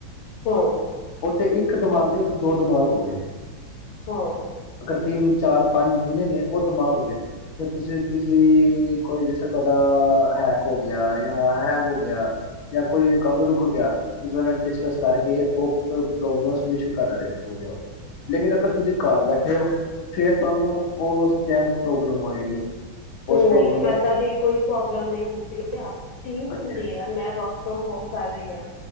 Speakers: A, on the left; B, on the left.
A: ਹਮ
B: ਓਥੇ ਇੱਕ ਦਿਮਾਗ ਨਈ ਓਥੇ ਦੋ ਦਿਮਾਗ ਹੋ ਗਏ।
A: ਹਾਂ।
B: ਕਰ ਤਿੰਨ, ਚਾਰ, ਪੰਜ ਜਿੰਨੇ ਨੇ, ਓ ਦਿਮਾਗ ਹੇ ਗਯਾ। ਜ ਤੁਸੀਂ ਕਿਸੇ ਕੋਈ ਜੇਸਾ ਤੁਆਡਾ ਹੈਕ ਹੋ ਗਿਆ ਜਾਂ ਹੈਂਗ ਹੋ ਗਿਆ ਜਾਂ ਕੋਈ ਕੰਮ ਰੁਕ ਗਿਆ। ਤੁਸੀ ਓ ਡਿਸਕਸ ਕਰਕੇ ਓ ਪੋ ਪ੍ਰੋਬਲਮ ਸੋਲਊਸ਼ਨ ਕਡ ਰਏ ਓ। ਲੇਕਿਨ ਅਗਰ ਤੁਸੀਂ ਘਰ ਬੈਠੇ ਓ ਫੇਰ- ਤੁਹਾਨੂੰ ਉਸ ਟਾਈਮ ਪ੍ਰੋਬਲਮ ਹੋਏਗੀ
A: ਨਈ
B: ਉਸ ਪ੍ਰੋਬਲਮ ਦਾ
A: ਏਦਾਂ ਦੀ ਕੋਈ ਪ੍ਰੋਬਲਮ ਨਈ ਹੁੰਦੀ। <unintelligible> ਟੀਮ
B: ਅੱਛਾ
A: ਹੁੰਦੀ ਐ। ਮੈਂ ਵਰਕ ਫਰੋਮ ਹੋਮ ਕਰ ਰਈ ਆਂ।